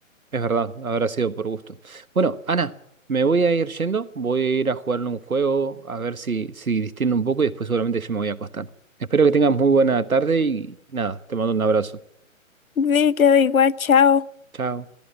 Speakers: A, on the right; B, on the left.
A: Es verdad, habrá sido por gusto. Bueno, Ana, me voy a ir yendo, voy a ir a jugarle un juego, a ver si, si distiendo un poco y después seguramente yo me voy a acostar. Espero que tengas muy buena tarde y nada, te mando un abrazo.
B: Sí, queda igual, chao.
A: Chao.